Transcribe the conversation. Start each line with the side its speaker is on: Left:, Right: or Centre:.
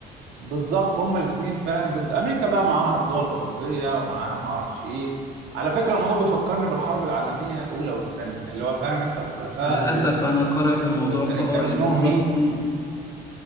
Right: بالظبط هما الاثنين فاهم ضد امريكا بقى معاها الدول الاوروبيه ومعاها ما اعرفش ايه على فكره الموضوع بيفكرني بالحرب العالميه الاولى والثانيه اللي هو فاهم انت الحلفاء
Left: للأسف
Right: وال...
Left: أنا قارئ في الموضوع
Right: والتانيين
Left: فأه
Right: كانوا
Left: يعني
Right: اسمهم
Left: بالظبط
Right: مين
Left: إيه